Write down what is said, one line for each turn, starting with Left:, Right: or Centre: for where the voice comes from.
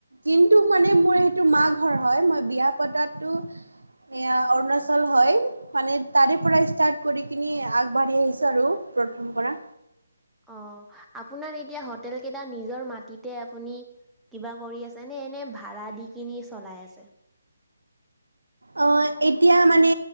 Right: কিন্তু মানে মোৰ সেইটো মা ঘৰ হয় মই বিয়া পতাতো এয়া অৰুণাচল হয় মানে তাৰে পৰা ষ্টাৰ্ট কৰি কিনি আগবাঢ়ি আহিছো আৰু প্ৰথম পৰা
Centre: অ আপোনাৰ এতিয়া হোটেল কেইটা নিজৰ মাটিতে আপুনি কিবা কৰি আছে নে তেনে ভাড়া দি কিনি চলাই আছে
Right: আহ এতিয়া মানে